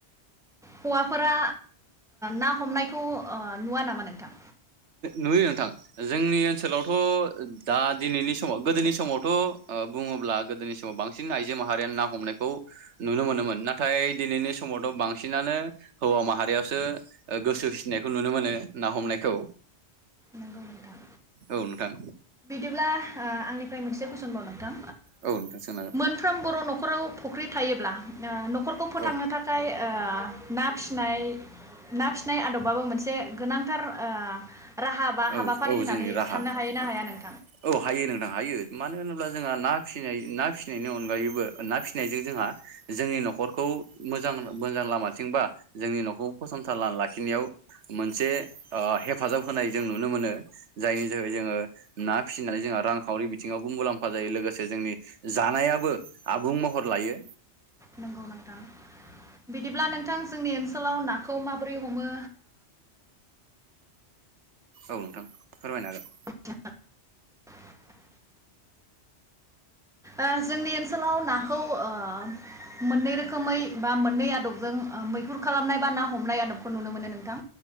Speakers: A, in the centre; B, on the right.
A: हौवाफोरा ना हमनायखौ नुवा नामा नोंथां
B: नुयो नोंथां जोंनि ओनसोलावथ' दा दिनैनि समाव गोदोनि समावथ' बुङोब्ला गोदोनि समाव बांसिन आइजो माहारियानो ना हमनायखौ नुनो मोनोमोन नाथाय दिनैनि समावथ' बांसिनानो हौवा माहारियासो गोसो होसिनायखौ नुनो मोनो ना हमनायखौ औ
A: नंगौ नोंथां
B: औ नोंथां
A: बिदिब्ला आंनिफ्राय मोनसे कुइसनबाव नोंथां
B: औ नोंथां सोंनांगोन
A: मोनफ्रोम बर' न'खराव फुख्रि थायोब्ला न'खरखौ फोथांनो
B: औ
A: थाखाय ना फिसिनाय ना फिसिनाय आदबाबो मोनसे गोनांथार राहा बा
B: औ
A: हाबाफारि
B: औ
A: होननानै
B: जोंनि राहा
A: साननो हायो
B: औ
A: ना हाया नों
B: औ हायो नोंथां हायो मानो होनोब्ला जोंहा ना फिनाय ना फिसिनायनि अनगायैबो ना फिसिनायजों जोंहा जोंनि न'खरखौ मोजां मोजां लामाथिंबा जोंनि न'खरखौ फसंथान लाखिनायाव मोनसे हेफाजाब होनाय जों नुनो मोनो जायनि जायगायाव जोङो ना फिसिनानै जोङो रां खावरिबिथिंआवबो जोंमुलामफा जायो लोगोसे जोंनिजानायाबो आबुं महरलायो
A: नंगौ नोंथां बिदिब्ला नोंथां जोंनि ओनसोलाव नाखौ मा माबोरै हमो
B: औ नोंथां फोरमायनो हागोन
A: <unintelligible> ओ जोंनि ओनसोलाव नाखौ ओ मोननै रोखोमै बा मोननै आदबजों मैहुर खालामनाय बा ना हमनाय आदबखौ नुनो मोनो नोंथां।